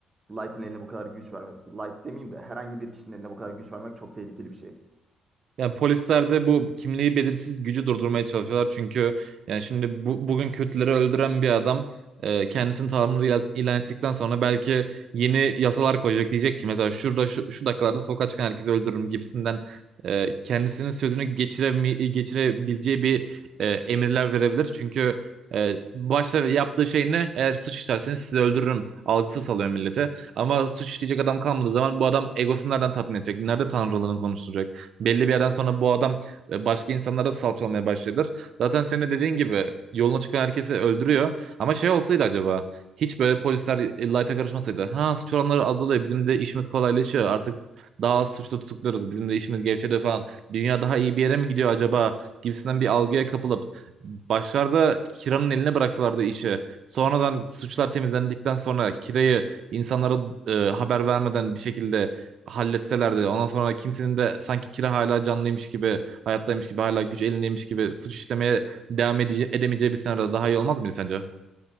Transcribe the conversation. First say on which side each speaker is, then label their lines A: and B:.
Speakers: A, on the right; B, on the right.
A: Light'ın eline bu kadar güç vermek, Light demeyeyim de herhangi bir kişinin eline bu kadar güç vermek çok tehlikeli bir şey.
B: Yani polisler de bu kimliği belirsiz gücü durdurmaya çalışıyorlar. Çünkü yani şimdi bu, bugün kötüleri öldüren bir adam e, kendisini Tanrı ilan ilan ettikten sonra belki yeni yasalar koyacak. Diyecek ki mesela şurada şu, şu dakikalarda sokağa çıkan herkesi öldürürüm gibisinden e, kendisinin sözünü geçiremi, geçirebileceği bir e, emirler verebilir. Çünkü e, başta yaptığı şey ne? Eğer suç işlerseniz sizi öldürürüm algısı salıyor millete. Ama suç işleyecek adam kalmadığı zaman bu adam egosunu nereden tatmin edecek? Nerede tanrılığını konuşturacak? Belli bir yerden sonra bu adam e, başka insanlara salçalamaya başladır. Zaten senin de dediğin gibi yoluna çıkan herkesi öldürüyor. Ama şey olsaydı acaba hiç böyle polisler e, Light'a karışmasaydı. Ha suç oranları azalıyor. Bizim de işimiz kolaylaşıyor. Artık daha az suçlu tutukluyoruz. Bizim de işimiz gevşedi falan. Dünya daha iyi bir yere mi gidiyor acaba? Gibisinden bir algıya kapılıp başlarda Kira'nın eline bıraksalardı işi. Sonradan suçlar temizlendikten sonra Kira'yı insanlara e, haber vermeden bir şekilde halletselerdi ondan sonra kimsenin de sanki kira hala canlıymış gibi hayattaymış gibi hala güç elindeymiş gibi suç işlemeye devam ede- edemeyeceği bir senaryoda daha iyi olmaz mıydı sence?